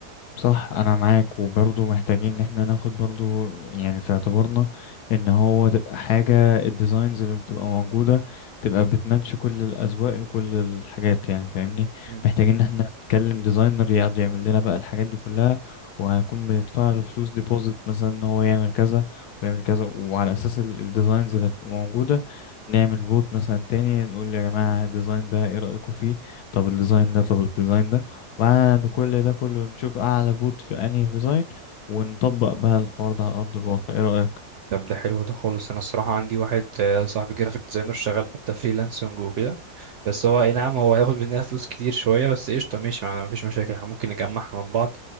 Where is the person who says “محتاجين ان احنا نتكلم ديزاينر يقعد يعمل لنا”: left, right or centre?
Left